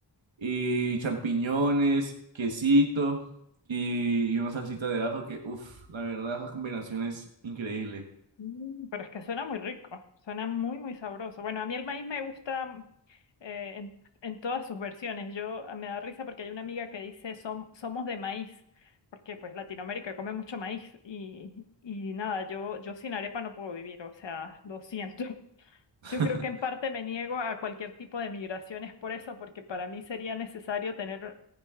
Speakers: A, on the right; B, on the left.
A: y champiñones, quesito y, y una salsita de ajo que, uff, la verdad, esa combinación es increíble.
B: Mm, Pero es que suena muy rico, suena muy, muy sabroso. Bueno, a mí el maíz me gusta mm, eh, en, en todas sus versiones. Yo ah, me da risa porque hay una amiga que dice "Som- somos de maíz, porque pues Latinoamérica come mucho maíz y, y nada, yo, yo sin arepa no puedo vivir, o sea, lo siento. <laughs>
A: <laughs>
B: Yo creo que en parte me niego a cualquier tipo de migraciones por eso, porque para mí sería necesario tener